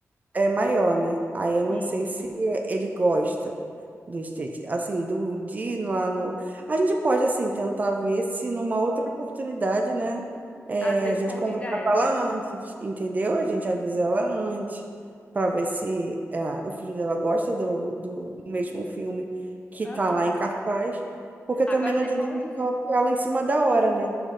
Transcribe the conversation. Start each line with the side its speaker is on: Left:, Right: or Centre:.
Right: é maior, né? Aí eu
Left: Sim.
Right: não sei se é- ele gosta do street. Assim, do de ir lá no. A gente pode, assim, tentar ver se numa outra oportunidade, né? é,
Left: Às vezes
Right: a gente
Left: convida
Right: conversa
Left: ela,
Right: com ela
Left: né?
Right: antes, entendeu? A gente avisa ela antes, para ver
Left: Sim.
Right: se é, o filho dela gosta do, do mesmo filme que
Left: Aham.
Right: tá lá em cartaz. Porque também
Left: Agora
Right: não adianta
Left: depois.
Right: a gente só apoiar ela em cima da hora, né?